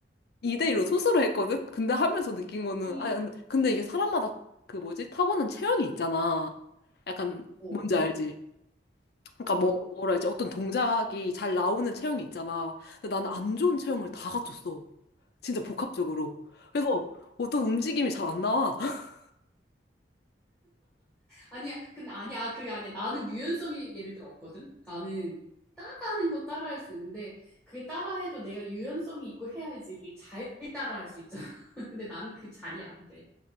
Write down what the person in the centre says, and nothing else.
응.
어,
어.
아니야, 근데 아니야, 아, 그게 아니야. 나는 유연성이 예를 들어 없거든. 나는 따라하는 건 따라할 수 있는데 그게 따라해도 내가 유연성이 있고 해야지 이게 잘 따라할 수 있잖아. <laughs> 근데 난 그 자리 안 돼.